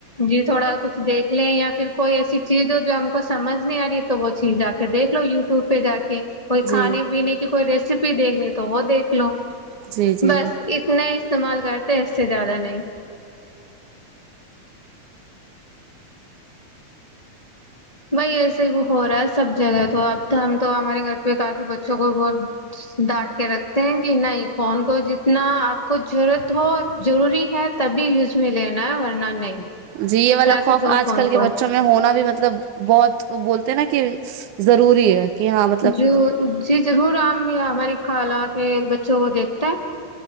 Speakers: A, on the left; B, on the right.
A: جی تھوڑا کچھ دیکھ لے یا پھر <unintelligible> کوئی ایسی چیز ہم کو سمج نہیں آ رہی تو وہ چیز جا کے دیکھ لو ی ٹیوب پہ جا کے کوئی
B: جی
A: کھانے پینے کی کوئی ریسیپی دیکھنی تو وہ دیکھ للو
B: جی جی
A: بس اتنا ہی استعمال کرتے ہیں اس سے زیادہ نہیں بائی ایسے ہی ہو رہا ہے سب جگہ تو اب ہم تو ہمارے گھر پہ کافی بچوں کو ب ڈانٹ رکھتے ہیں کہ نہیں فون کو جتنا آپ کچھ ضرورت ہو ضروری ہے تبھی یوز میں لینا ہے ورنہ نہیں
B: جی یہ والا
A: رکھ
B: خوف
A: دو
B: آج
A: فون
B: کل کے
A: کو
B: بچوں میں ہونا بھی مطلب بہت بولتے نا کہ ضروری ہے کہ ہاں مطلب
A: جو ج ضرور ہم ہماری خال کے بچوں کو دیکھتے ہے